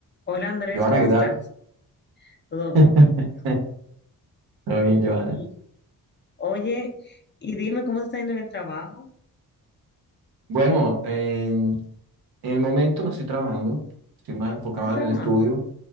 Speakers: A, on the left (about 30°); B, on the right (about 75°).
A: Hola Andrés,
B: Joana,
A: ¿cómo
B: ¿qué
A: estás?
B: tal?
A: ¿Todo bien?
B: <laughs> Todo bien, Joana.
A: Y, oye, y dime cómo te está yendo en el trabajo.
B: Bueno, en, en el momento no estoy trabajando, estoy más enfocado
A: ¿No estás
B: en
A: trabajando?
B: el estudio.